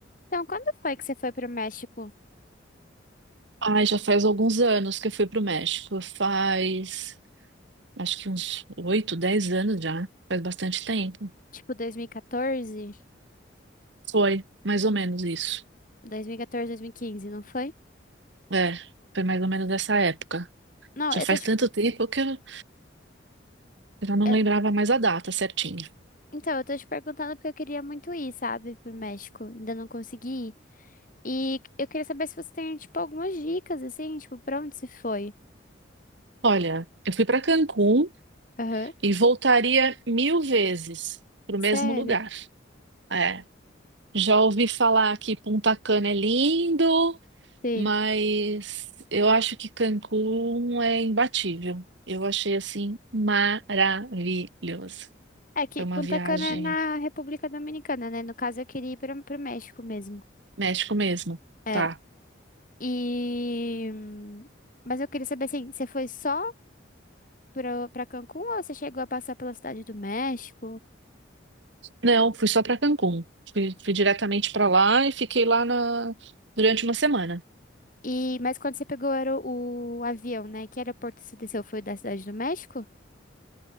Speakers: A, on the left (about 40°); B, on the right (about 65°).
A: Então, quando foi que você foi pro México?
B: Ai, já faz alguns anos que eu fui pro México. Faz, acho que uns oito, dez anos já. Faz bastante tempo.
A: Tipo, dois dois dois mil mil
B: Foi, mais ou menos isso.
A: e e mil e quinze não foi?
B: É, foi mais ou menos dessa época.
A: Não, eu
B: Já faz
A: tô te...
B: tanto tempo que eu já não
A: eu-
B: lembrava mais a data certinha.
A: Então, eu tô te perguntando porque eu queria muito ir, sabe, pro México. Ainda não consegui ir. E eu queria saber se você tem, tipo, algumas dicas, assim, tipo, pra onde você foi?
B: Olha, eu fui para Cancún
A: Aham.
B: e voltaria mil vezes pro
A: Sério?
B: mesmo lugar. É, já ouvi falar que Punta Cana é lindo,
A: Sim.
B: Mas eu acho que Cancún é imbatível. Eu achei assim maravilhoso.
A: É que
B: Foi uma
A: Punta
B: viagem
A: Cana é na República Dominicana, né? No caso, eu queria ir pro, pro México mesmo.
B: México mesmo,
A: É.
B: tá?
A: E... Mas eu queria saber, assim, você foi só pro- pra Cancún ou você chegou a passar pela Cidade do México?
B: Não, fui só para Cancún. Fui, fui diretamente para lá e fiquei lá na- durante uma semana.
A: E, mas quando você pegou era o, o avião, né? Que aeroporto você desceu? Foi o da Cidade do México?